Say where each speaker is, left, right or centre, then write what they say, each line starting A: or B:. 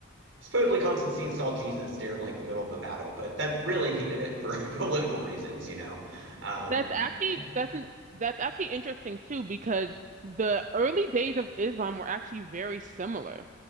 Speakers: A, on the right; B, on the right.
A: supposedly Constantine saw Jesus during like the middle of a battle, but that really he did it for <laughs> political reasons, you know. Um,
B: That's actually
A: and
B: that's an, that's actually interesting too because the early days of Islam were actually very similar,